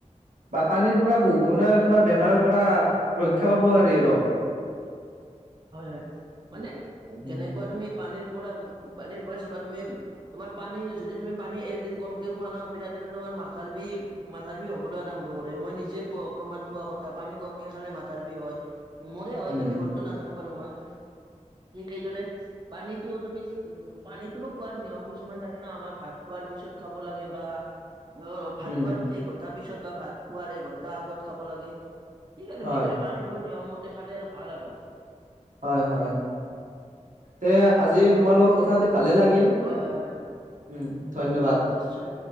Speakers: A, on the right (about 80°); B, on the right (about 35°).
A: বা পানীৰ পৰা বহু না তোমাৰ বেমাৰৰ পৰা ৰক্ষা পাব পাৰি আৰু।
B: হয় হয় মানে
A: উম,
B: কেনেকুৱা তুমি পানীৰ পৰা পানীৰ পৰাই চবা তুমি তোমাৰ পানী যদি তুমি পানী এদিন কমকে খোৱা ন তেতিয়া দিনত তোমাৰ মাথাৰ বিষ মাথাৰ বিষ হ'বলৈ আৰম্ভ কৰে, মই নিজে প্ৰ প্ৰমাণ পোৱা কথা পানী কমকে খালে মাথাৰ বিষ হয়। মোৰে হয়
A: উম,
B: বেলেগতো নাজানো বাৰু মই, ঠিক সেইদৰে পানীতো তুমি উম পানীটোৰো খোৱাৰ নিয়ম কিছুমান থাকে ন আমাৰ ভাত খোৱাৰ পিছত খাব লাগে বা অহ ভাত
A: উম,
B: খোৱাৰ এঘণ্টাৰ পিছত বা ভাত খোৱাৰ এঘন্টা আগত খাব লাগে। ঠিক আৰু
A: হয়,
B: সেইদৰে পানীটো নিয়ম মতে খালে আৰু ভাল আৰু।
A: হয় হয়। সেয়া আজি তোমালোকৰ কথা পাতি ভালে লাগিল,
B: হয়, হয়, হয়,
A: উম ধন্যবাদ।
B: নিশ্চয়।